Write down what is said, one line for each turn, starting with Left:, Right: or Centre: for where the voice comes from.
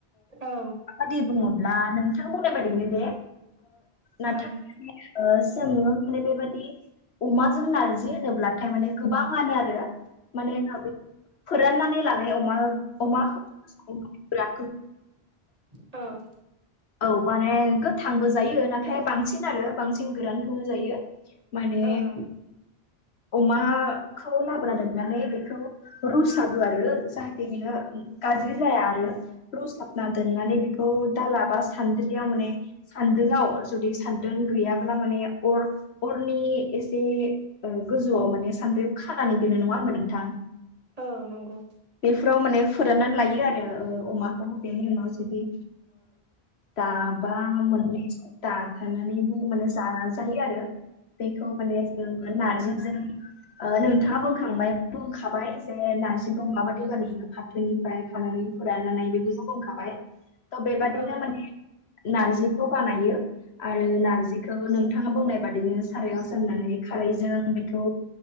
Right: औ
Left: बाददि बुःङोब्ला नोंथां बुंनाय बाददिनो दे नथाय
Right: ओं
Left: जोंङो माने बेबादि अमाजों नारजि होनोब्लाथाय माने गोबाङानो आरो माने फोराननानै लानाय अमा अमाखौ अमा
Right: औ
Left: औ माने गोथांबो जायो नाथाय बांसिन आरो बांसिन गोरानखौनो जायो माने
Right: ओं
Left: अमाखौ लाबोना दोननानै बेखौ रुसाबो आरो जाहाथे बियो गाज्रि जाया आरो रुसाबना दोननानै बेखौ दाला बा सान्द्रियाव माने सान्दुंआव जुदि सान्दुं गैयाब्ला माने अर अरनि एसे गोजौआव माने सद्रि खानानै दोनो नङा होनबा नोंथां
Right: औ नंगौ
Left: बेफोराव माने फोराननानै लायो आरो अमाखौ बेनि उनाव जुदि दाबा मोननै दाखानानैबो माने जा जायो आरो बेखौ माने जो नारजिजों नोंथांङा बुंखांबाय बुंखाबाय जे नार्जिखौ माबा दै बानाययो फाथोनिफ्राय खानानै फोराननानै बेखौस बुंखाबाय थ बेबादिनो
Right: ओं
Left: माने नारजिखौ बानायो आरो नारजिखौ नोंथाङा बुंनाय बादिनो सारायाव जाननानै खारैजों बेखौ